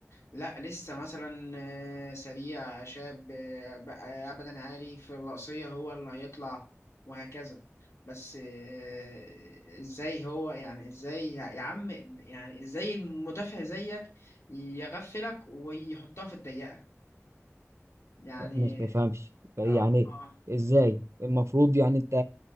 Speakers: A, on the left; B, on the right.
A: لا لسه مثلا آه، سريع شاب آه، بقى ابدا عالي في الرأسيه هو اللي هيطلع وهكذا بس آه، ازاي هو يعني ازاي يا يا عم يعني ازاي المدافع زيك يغفلك ويحطها في الضيقه يعني
B: لا ما تفهمش يعني
A: اه اه
B: ازاي المفروض يعني انت